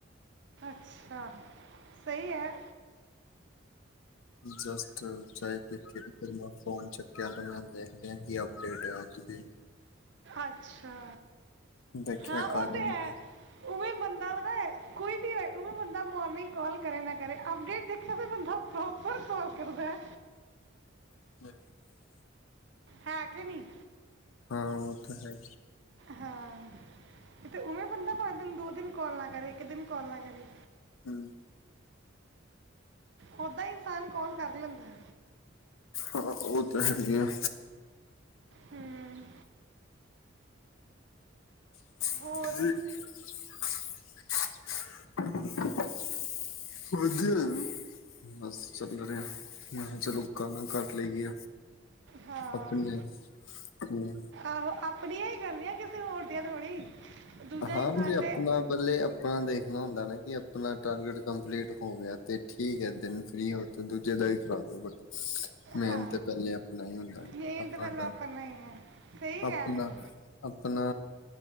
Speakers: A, on the right; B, on the left.
A: ਅੱਛਾ ਸਹੀ ਐ।
B: ਜਸਟ ਚਾਹੇ ਦੇਖੀ ਫਿਰ ਮੈਂ ਫੋਨ ਚੱਕਿਆ ਮ ਦੇਖ ਲਿਆਂ ਹੀ ਅਪਡੇਟ ਹੈ ਅੱਜ ਦੀ
A: ਅੱਛਾ।
B: ਦੇਖਿਆ
A: ਹਾਂ
B: ਕਾਲੀ
A: ਉਹ ਤੇ
B: ਨੂੰ।
A: ਹੈ ਉ ਵੀ ਬੰਦਾ ਕੋਈ ਵੀ ਹੋ ਉਹਵੇ ਬੰਦਾ ਮੋਨਿੰਗ ਕਾਲ ਕਰੇ ਨਾ ਕਰੇ, ਅਪਡੇਟ ਦੇਖ ਤਾਂ ਬੰਦਾ ਪ੍ਰੋਪਰ ਕਾਲ ਕਰਦਾ।
B: <unintelligible>
A: ਹੈ ਕਿ ਨਹੀਂ
B: ਹਾਂ ਉਹ ਤਾਂ ਹੈਗਾ।
A: ਹਾਂ ਤੇ ਉਵੇਂ ਬੰਦਾ ਪੰਜ ਦਿਨ ਦੋ ਦਿਨ ਕਾਲ ਨਾ ਕਰੇ ਇੱਕ ਦਿਨ ਕਾਲ ਨਾ ਕਰੇ।
B: ਹਂ।
A: ਓਦਾਂ ਈ ਇਨਸਾਨ ਕੌਲ ਕਰ ਲੈਂਦੇ ਐ।
B: ਹਾਂ ਉਹ ਤਾਂ ਹੈਗੀ ਆ।
A: ਹਂ
B: <unintelligible>
A: ਹੋਰ
B: <unintelligible> ਵਧੀਆ ਜੀ ਬਸ ਚੱਲ ਰਿਆ ਮੈਂ ਚਲੋ ਗੱਲਾਂ ਕਰ ਲਈਏ
A: ਹਾਂ
B: ਆਪਣੀਆਂ ਆਪਣੀਆਂ।
A: ਆਹੋ, ਆਪਣੀਆਂ ਹੀ ਕਰਨੀਆਂ ਕਿਸੇ ਕਿਸੇ ਹੋਰ ਦੀਆਂ ਥੋੜੀ ਦੂਜਾ
B: ਹਾਂ
A: ਇਨਸਾਨ
B: ਤੇ ਜੇ ਆਪਣਾ ਪੈਲੇ ਆਪਣਾ ਦੇਖ ਣਾ ਹੁੰਦਾ ਨਾ ਕਿ ਆਪਣਾ ਟਾਰਗੇਟ ਕੰਪਲੀਟ ਹੋ ਗਿਆ ਤੇ ਠੀਕ ਐ, ਦਿਨ ਫਰੀ ਹੋ ਤੇ ਦੂਜੇ ਦਾ ਵੀ ਕਰਾ ਦੋ ਬਟ ਮੈਨ
A: ਹਾਂ
B: ਤਾਂ ਪਹਿਲੇ ਆਪਣਾ ਹੀ ਹੁੰਦਾ
A: ਮੇਨ
B: ਆਪਣਾ
A: ਤਾਂ ਪਹਿਲਾਂ
B: ਡ
A: ਹੀ ਹੈ ਸਹੀ ਕਹਿ
B: ਆਪਣਾ
A: ਰਹੇ ਹੋ
B: ਆਪਣਾ